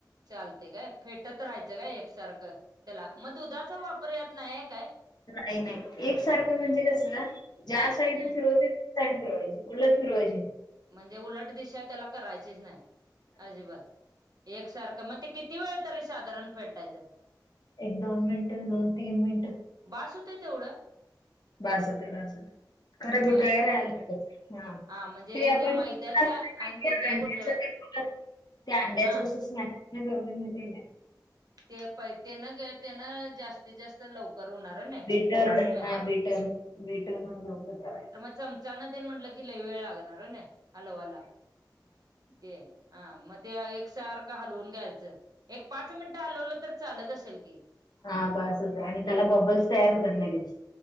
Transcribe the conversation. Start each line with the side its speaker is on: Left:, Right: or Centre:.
Right: चालते काय फेटत राहायचं काय एकसारखं, त्याला मग दुधाचा वापर यात नाहीये काय.
Left: नाही नाही एक सारखं म्हणजे कसं ज्या साईडून
Right: हम्म
Left: फिरवते <unintelligible> उलटं फिरवायची नाही.
Right: म्हणजे उलट दिशा त्याला करायचीच नाही. अजिबात एकसारखं मग ते किती. किती वेळ तरी साधारण फेटायचं?
Left: एक दोन मिनिट, दोन तीन मिनिटं.
Right: बास होतंय तेवढं.
Left: बासते बासते खरं गुटळ्या
Right: बास होतय
Left: राहयला
Right: ना
Left: नकोच हा.
Right: म्हणजे
Left: ते <unintelligible>
Right: त्या मैद्याच्या आणि ते
Left: ते
Right: ज्या गोठळ्या
Left: अंड्याच
Right: हा
Left: <unintelligible> ह्या गर्दे ने तेग आहे.
Right: ते प तेन गं तेन जास्तीत जास्त लवकर होणार. ना
Left: बिटर्न
Right: स्मॅश
Left: हा बिटन बीटन लवकरं करायच.
Right: चमचान ते म्हंटलं कि लई वेळ लागणार आहे ना. हलवाला ते हा मग ते एकसारखं हालवून घ्यायचं. एक पाच मिनिटं हलवलं तर, चालत असेल की.
Left: हा बस होते आणि त्याला बबल्स तयार होतात लगेच.